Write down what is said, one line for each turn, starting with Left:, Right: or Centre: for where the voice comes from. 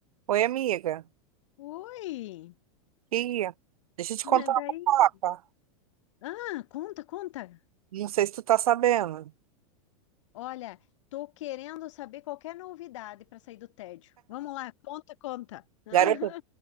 Right: Oi, amiga.
Left: Oi!
Right: E Deixa eu te
Left: <laughs>
Right: contar uma
Left: Daí.
Right: fofoca.
Left: Ah, conta, conta.
Right: Não sei se tu tá sabendo.
Left: Olha, tô querendo saber qualquer novidade para sair do tédio. Vamos lá, conta, conta. <laughs>
Right: Garota,